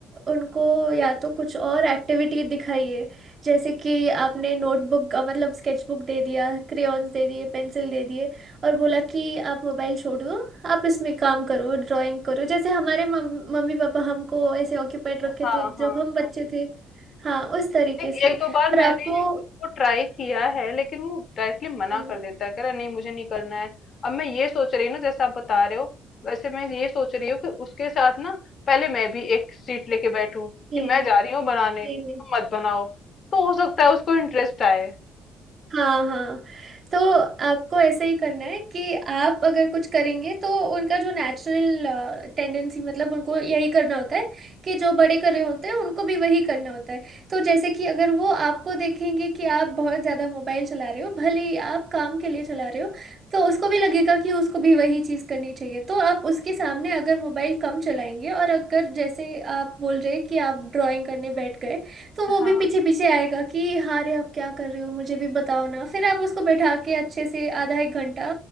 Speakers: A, on the right; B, on the left.
A: उनको या तो कुछ और एक्टिविटी दिखाइए जैसे कि आपने नोटबुक मतलब स्केचबुक दे दिया क्रेयॉन्स दे दिए पेंसिल दे दिए और बोला कि आप मोबाइल छोड़ दो आप इसमें काम करो ड्राइंग करो जैसे हमारे मम, मम्मी पापा हमको ऐसे ऑक्यूपाइड रखे
B: हाँ
A: थे
B: हाँ
A: जब हम बच्चे
B: हाँ
A: थे हाँ उस तरीके
B: नहीं
A: से
B: एक दो बार
A: और
B: मैंने
A: आपको
B: उसको ट्राई किया है लेकिन वो डायरेक्टली मना
A: हम्म,
B: कर देता है कह रहा है, नहीं मुझे नहीं करना है अब मैं ये सोच रही हूँ ना जैसे आप बता रहे हो वैसे मैं ये सोच रही हूँ कि उसके साथ ना पहले मैं भी एक सीट लेके बैठूं कि
A: जी
B: मैं जा रही हूँ बनाने
A: जी
B: तुम मत बनाओ तो हो सकता है उसको इंटरेस्ट आए
A: हाँ हाँ तो आपको ऐसे ही करना है कि आप अगर कुछ करेंगे तो उनका जो नेचुरल टेंडेंसी मतलब उनको यही करना होता है कि जो बड़े कर रहे होते हैं उनको भी वही करना होता है तो जैसे कि अगर वो आपको देखेंगे कि आप बहुत ज़्यादा मोबाइल चला रहे हो भले ही आप काम के लिए चला रहे हो तो उसको भी लगेगा कि उसको भी वही चीज़ करनी चाहिए तो आप उसके सामने अगर मोबाइल कम चलाएंगे और अगर जैसे आप बोल रहे हैं कि आप ड्राइंग करने बैठ गए तो वो
B: हाँ
A: भी पीछे
B: हाँ
A: पीछे आएगा कि हाँ रे आप क्या कर रहे हो मुझे भी बताओ ना फिर आप उसको बैठा के अच्छे से आधा एक घंटा